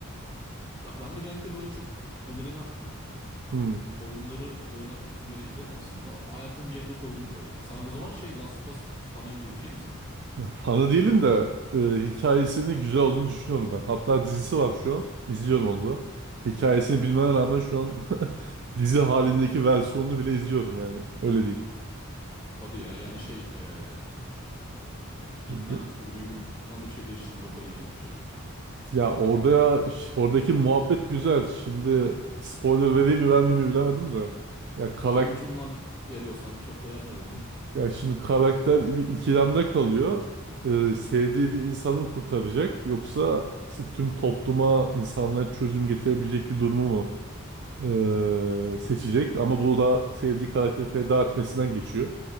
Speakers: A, on the right; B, on the right.
A: Ben, ben de genellikle böyle çok önerilen
B: Hmm.
A: oyunları oynar filmleri izlerim aslında. O hayatın bir yerine koydum böyle. Sen o zaman şey Last of Us fanı gibi bir şey misin?
B: Ya, fanı değilim de e, hikayesinin güzel olduğunu düşünüyorum ben. Hatta dizisi var şu an. İzliyorum onu da. Hikayesini bilmene rağmen şu an <laughs> dizi halindeki versiyonunu bile izliyorum yani. Öyle
A: Hadi ya yani şey ee, bilmen
B: diyeyim.
A: kurguyu bilmen de bir şey değiştirmiyor. O kadar iyi yapmışlar diyorsun.
B: Ya orada ş- oradaki muhabbet güzel. Şimdi spoiler vereyim mi vermeyeyim mi bilemedim de. Ya karak
A: Abi ucundan veriyorsan çok da vermedi.
B: ya şimdi karakter bir ikilemde kalıyor. E, sevdiği bir insanı mı kurtaracak yoksa işte tüm topluma insanlara çözüm getirebilecek bir durumu mu e, seçecek ama bu da sevdiği karakteri feda etmesinden geçiyor.